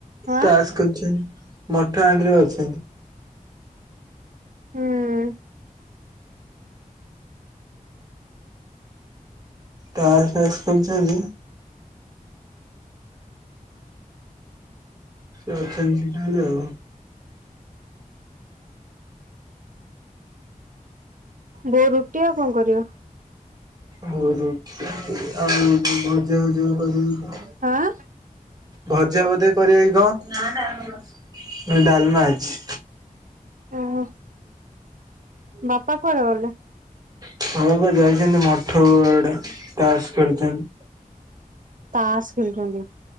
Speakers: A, on the right; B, on the right.
A: ଆଁ
B: ତାସ ଖେଳୁଛନ୍ତି, ମଠା ଆଗରେ ଅଛନ୍ତି।
A: ହୁଁ
B: ତାସ ପାସ ଖେଳୁଛନ୍ତି। କିଏ ଅଛନ୍ତି ତା ହେଲେ ଆଉ।
A: ବୋଉ ରୁଟି ଆଉ କଣ କରିବ।
B: ବୋଉ ରୁଟି ଆଉ ଭଜା ଭଜି କଁ କରିିବ।
A: ହାଁ।
B: ଭଜା ବୋଧେ କରିବ କି କଁ ନା ଡାଲମା ଅଛି।
A: ଓ ହୋ। ବାପା କୁଆଡେ ଗଲେ?
B: ବା ପା କୁଆଡେ ଯାଇଛନ୍ତି ମଠ ଆଡେ ତାସ ଖେଳୁଛନ୍ତି।
A: ତାସ୍ ଖେଳୁଛନ୍ତି।